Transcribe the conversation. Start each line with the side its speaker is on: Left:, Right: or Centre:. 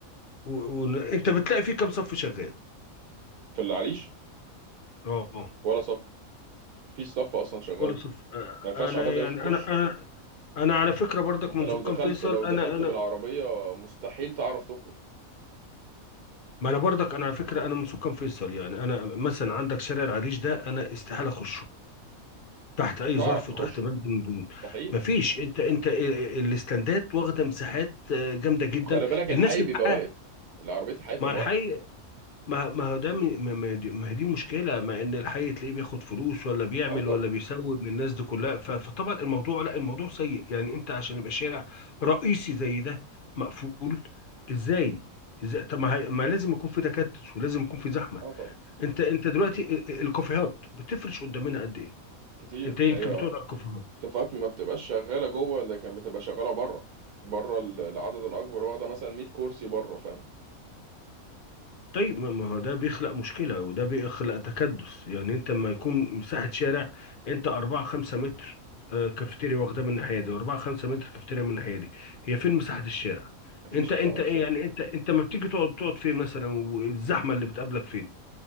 Left: وانت بتلاقي فيه كام صف شغال
Right: في العريش
Left: اه آه.
Right: ولا صف في صف اصلا شغال
Left: كل صف آه،
Right: ما ينفعش
Left: انا
Right: عباد
Left: يعني
Right: دلوقتي تخش
Left: انا انا انا على فكره برضك
Right: انت
Left: من
Right: لو
Left: سكان
Right: دخلت
Left: فيصل
Right: لو دخلت
Left: انا انا
Right: بالعربيه مستحيل تعرف تخرج
Left: ما انا برضك انا على فكره انا من سكان فيصل يعني انا مثلا عندك شارع العريش ده انا استحاله اخشه تحت
Right: مش
Left: اي
Right: هتعرف
Left: ظرف
Right: تخشه
Left: وتحت بند من البنود
Right: مستحيل
Left: مفيش انت انت الاستندات واخده مساحات آه، جامده جدا
Right: وخلي بالك
Left: الناس
Right: الحي
Left: من
Right: بيبقى
Left: حقها
Right: واقف العربية الحي بتبقى
Left: مع الحي
Right: واقفة
Left: ما ما هو ده من- ما ما دي ما هي دي مشكلة ما ان الحي تلاقيه بياخد فلوس ولا بيعمل
Right: اه طبعا
Left: ولا بيسوي من الناس دي كلها ف- فطبعا الموضوع لا الموضوع سيء يعني انت عشان يبقى شارع رئيسي زي ده مقفول ازاي ازاي طب ما, هي- ما لازم يكون في تكدس ولازم يكون في زحمة
Right: اه طبعا
Left: انت انت دلوقتي ال- ال- الكافيهات بتفرش قدامنا قد ايه
Right: كتير
Left: انت يمكن
Right: هي
Left: بتقعد على الكافيهات
Right: كفاءات ما بتبقاش شغالة جوه لكن بتبقى شغالة بره بره ال- العدد الأكبر واخدة مثلا 100 كرسي بره فاهم
Left: طيب ما ما هو ده بيخلق مشكلة وده بيخلق تكدس يعني انت لما يكون مساحة شارع انت أربعة خمسة متر آه، كافيتيريا واخدة من الناحية دي وأربعة خمسة متر كافيتيريا من الناحية دي هي فين مساحة الشارع
Right: مفيش
Left: انت
Right: مساحة
Left: انت
Right: للشارع
Left: ايه يعني انت انت ما بتيجي تقعد تقعد فين مثلا والزحمة اللي بتقابلك فين